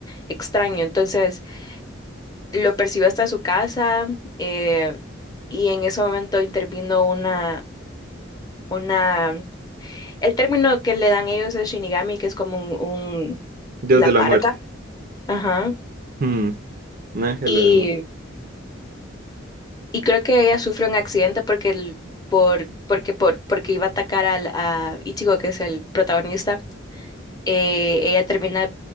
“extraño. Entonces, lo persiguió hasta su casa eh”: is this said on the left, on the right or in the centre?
Left